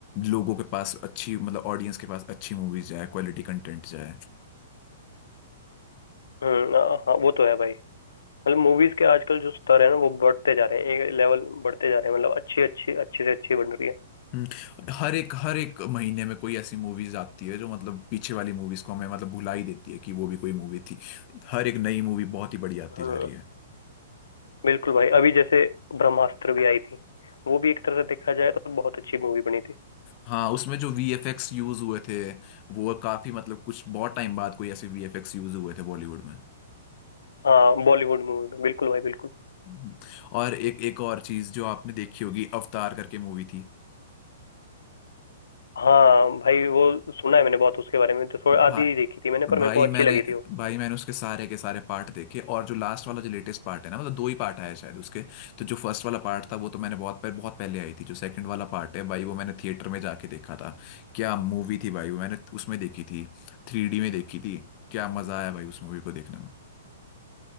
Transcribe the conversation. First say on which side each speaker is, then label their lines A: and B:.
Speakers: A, on the left; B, on the left.
A: लोगों के पास अच्छी मतलब ऑडियंस के पास अच्छी मूवीज जाए क्वालिटी कंटेंट जाए
B: हम्म हाँ हाँ, वो तो है भाई मतलब मूवीज के आजकल जो स्तर है ना वो बढ़ते जा रहे हैं एक लेवल बढ़ते जा रहे हैं मतलब अच्छी अच्छी अच्छी से अच्छी बन रही है
A: हम्म, हर एक हर एक महीने में कोई ऐसी मूवीज आती है जो मतलब पीछे वाली मूवीज को हमें मतलब भुला ही देती है कि वो भी कोई मूवी थी हर एक नई मूवी बहुत ही बढ़िया आती
B: हम्म
A: जा रही है
B: बिल्कुल भाई अभी जैसे ब्रह्मास्त्र भी आई थी वो भी एक तरह से देखा जाए तो बहुत अच्छी मूवी बनी थी
A: हाँ उसमें जो वीएफएक्स यूज हुए थे वो काफी मतलब कुछ बहुत टाइम बाद कोई ऐसे वीएफएक्स यूज हुए थे बॉलीवुड में
B: हाँ बॉलीवुड मूवी में बिल्कुल भाई बिल्कुल
A: हम्म। और एक एक और चीज जो आपने देखी होगी अवतार करके मूवी थी
B: हाँ भाई वो सुना है मैंने बहुत उसके बारे में तो थोड़ा
A: भा,
B: आधी ही देखी थी मैंने पर
A: भाई
B: मेरे को अच्छी
A: मैंने
B: लगी थी वो
A: भाई मैंने उसके सारे के सारे पार्ट देखे और जो लास्ट वाला जो लेटेस्ट पार्ट है ना मतलब दो ही पार्ट आया शायद उसके तो जो फर्स्ट वाला पार्ट था वो तो मैंने बहुत पह- बहुत पहले आई थी जो सेकंड वाला पार्ट है भाई वो मैंने थिएटर में जाके देखा था क्या मूवी थी भाई वो मैंने उसमें देखी थी थ्री डी में देखी थी क्या मजा आया भाई उस मूवी को देखने में